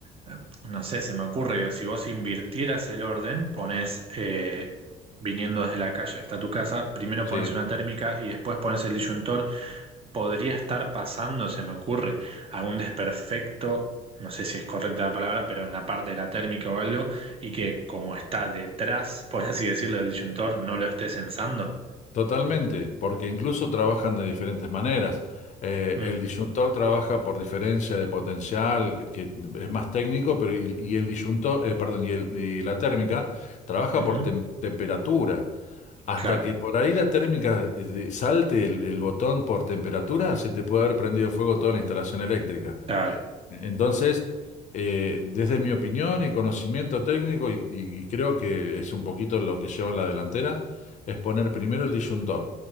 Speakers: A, on the right; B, on the left.
A: eh, no sé, se me ocurre, digo, si vos invirtieras el orden, pones, eh, viniendo desde la calle hasta tu casa, primero
B: sí,
A: pones una térmica y después pones el disyuntor. podría estar pasando, se me ocurre, algún desperfecto, no sé si es correcta la palabra, pero en la parte de la térmica o algo, y que como está detrás, <laughs> por así decirlo, del disyuntor, no lo esté censando.
B: totalmente, porque incluso trabajan de diferentes maneras. Eh,
A: Mm,
B: el disyuntor trabaja por diferencia de potencial, que es más técnico, pero y, y el disyuntor, eh, perdón, y, el- y la térmica trabaja
A: ujú,
B: por tem- temperatura. Hasta
A: Claro,
B: que por ahí la térmica eh, salte el, el botón por temperatura, se te puede haber prendido fuego toda la instalación eléctrica.
A: claro,
B: Entonces, eh, desde mi opinión y conocimiento técnico, y, y- y creo que es un poquito lo que lleva en la delantera, es poner primero el disyuntor,